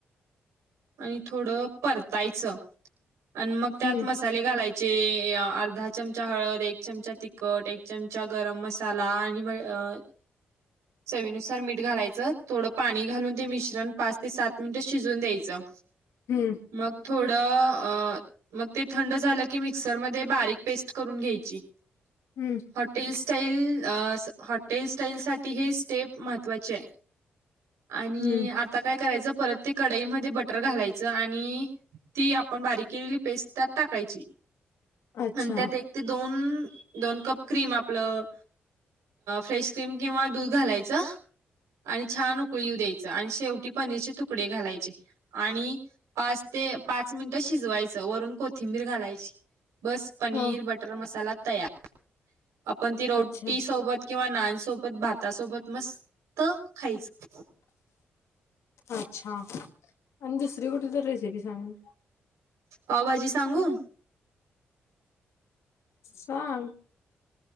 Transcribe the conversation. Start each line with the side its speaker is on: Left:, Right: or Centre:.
Right: आणि थोड परतायचं, आणि मग त्यात
Left: हं,
Right: मस् साले घालायचे अर्धा चमचा हळद एक चमचा ति कट एक चमचा गरम मसाला आणि अं, चवीनुसार मीठ घालायचं थोडं पाणी घालून ते मिश्रण पाच, ते सात मिनिट शिजून द्यायचं.
Left: हम्म
Right: मग थोडं अं मग ते थंड झालं की मिक्सरमध्ये बारीक पेस्ट करून घ्यायची.
Left: हम्म
Right: हॉटेल स्टाईल अं हॉटेल स्टाईलसाठी हे स्टेप महत्त्वाचीय. आणि
Left: हं.
Right: आता काय करायचं परत ते कढईमध्ये बटर घालायचं आणि, ती आपण बारीक केलेली पेस्ट त्यात टाकायची.
Left: अच्छा!
Right: आणि त्यात एक ते दोन दोन कप क्रीम आपलं फ्रेश क्रीम किंवा दूध घालायचं. आणि छान उकळी येऊ द्यायचं आणि शेवटी पनीरचे तुकडे घालायचे. आणि पाच ते पाच मिनिटं शिजवायचं वरून कोथिंबीर घालायची. बस पनीर
Left: हं.
Right: बटर मसाला तयार. आपण ती रोटीसोबत
Left: अच्छा,
Right: किंवा नानसोबत, भातासोबत मस्त खायचं.
Left: अच्छा! आणि दुसरी कुठली तर रेसिपी सांग?
Right: पावभाजी सांगू?
Left: सांग